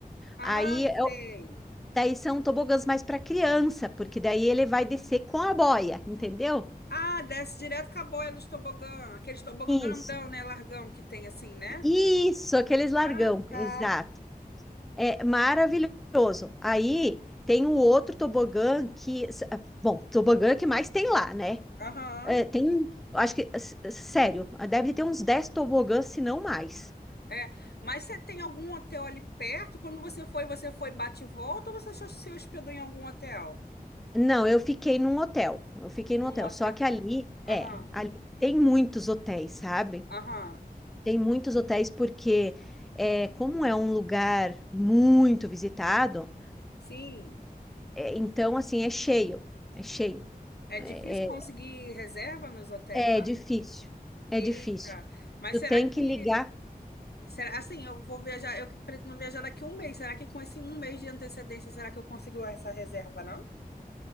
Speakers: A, on the left; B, in the centre.
A: Ah,
B: Aí, eu-
A: sei.
B: daí são tobogãs mais para criança, porque daí ele vai descer com a boia, entendeu?
A: Ah, desce direto com a boia dos tobogã. Aqueles tobogã grandão,
B: Isso,
A: né? Largão que tem assim, né?
B: isso, aqueles largão,
A: Ah, tá.
B: exato. É maravilhoso. Aí tem o outro tobogã que, bom, tobogã que mais tem lá, né?
A: Aham.
B: É, tem, um, acho que, s- sério, deve ter uns 10 tobogãs, se não mais.
A: É, mas você tem algum hotel ali perto? Quando você foi, você foi bate e volta ou você só se hospedou em algum hotel?
B: Não, eu fiquei num hotel. Eu fiquei num
A: Num
B: hotel.
A: hotel.
B: Só que ali,
A: Aham,
B: é, ali tem muitos hotéis, sabe?
A: aham.
B: Tem muitos hotéis porque, é, como é um lugar muito visitado,
A: Sim.
B: é, então, assim, é cheio. É cheio.
A: É difícil
B: É,
A: conseguir reserva nos hotéis
B: é,
A: lá.
B: é difícil. É
A: Eita,
B: difícil.
A: mas
B: Tu
A: será
B: tem
A: que.
B: que ligar.
A: Será, assim, eu vou viajar, eu pretendo viajar daqui a um mês. Será que com esse um mês de antecedência, será que eu consigo essa reserva, não?